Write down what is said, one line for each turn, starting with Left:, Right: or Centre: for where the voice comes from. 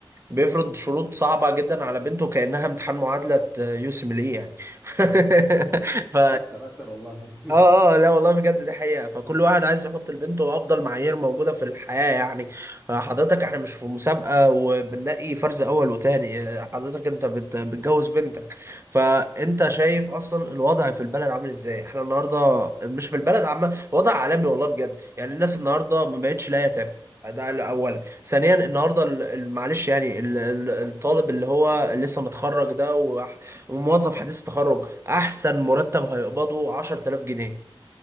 Right: بيفرض شروط صعبة جدا على بنته كأنها امتحان معادلة يوسم ليه يعني <laughs> ف
Centre: اكتر اكتر والله
Right: اه اه لا والله بجد دي حقيقة فكل واحد عايز يحط لبنته افضل معايير موجودة في الحياة يعني آه، حضرتك احنا مش في مسابقة وبنلاقي فرز اول وتاني آه، حضرتك انت بت- بتجوز بنتك فانت شايف اصلا الوضع في البلد عامل ازاي احنا النهاردة مش في البلد عامة وضع عالمي والله بجد يعني الناس النهاردة ما بقتش لاقية تاكل ده اولا ثانيا النهارده ال- ال- معلش يعني ال- ال- الطالب اللي هو لسه متخرج ده وح- وموظف حديث التخرج احسن مرتب هيقبضه 10000 جنيه